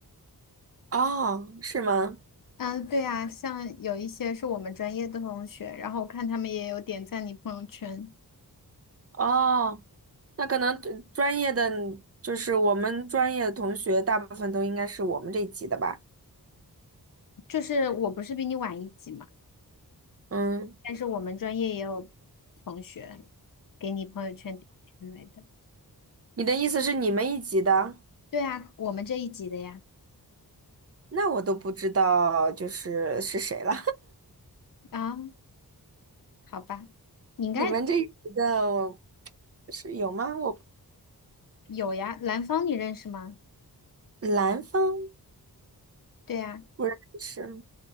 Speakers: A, on the right (about 40°); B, on the left (about 60°).
A: 哦，是吗？
B: 嗯，对啊，像有一些是我们专业的同学，然后我看他们也有点赞你朋友圈。
A: 哦，那可能对专业的，就是我们专业的同学，大部分都应该是我们这一级的吧？
B: 就是我不是比你晚一级嘛，
A: 嗯，
B: 但是我们专业也有同学给你朋友圈点赞来的。
A: 你的意思是你们一级的？
B: 对啊，我们这一级的呀。
A: 那我都不知道就是是谁了。
B: 啊，好吧，你应该
A: 你们这里的我是有吗？我
B: 有呀。兰芳你认识吗？
A: 兰方
B: 对呀。
A: 不认识。